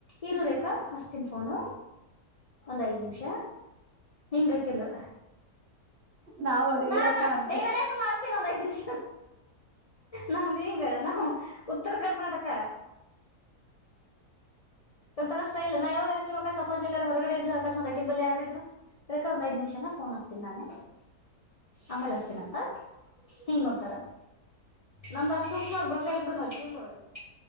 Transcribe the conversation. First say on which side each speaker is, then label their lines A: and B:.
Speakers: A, on the left; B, on the right.
A: ಇರುೂರೇಕಾ ಹಸ್ತನ್ ಫೋನು ಒಂದ್ ಐದ್ ನಿಮಿಷ ಹಿಂಗಕಂದು
B: ನಾವು ಅದು
A: ನಾನಾ
B: ಇರಕ್ಕ ಅಂತೆ
A: ಈರಲ್ಲ ಸುಮಾಸ್ತೇ ನ ಒ ಐದ್ ನಿಮಿ ನಮ್ದ ಈಗ ನಾವು ಉತ್ತರ ಕರ್ನಾಟಕ ಒಂತರಷ್ಟ ಇಲ್ಲ ನಾ ಯಾವಾಗ ಹವಕಸ ಜ ಎಾರು ಹೊರಗಡೆ ಇದ್ಲು ಅಕಸ್ಮಾತ್ ಆಕಿಂಬಬಲ್ಲಿ ಯಾರ ಇದ್ರು ಬೇಕ ಒಂದ ಐದ್ ನಿಮಷ ನ್ ಹಸ್ತನಿ ನಾನೇ ಆಮೇಲೆ ಹಸ್ತೀನಂತ ಹಿಂಗೊಂತಾರ ನಮ್ದ ಸೂಕ್ಷ್ಮ ಬರ್ಲೇಲ್ ಬಿಡು ನಾ್ ಜೀವನದೊಳಗೆ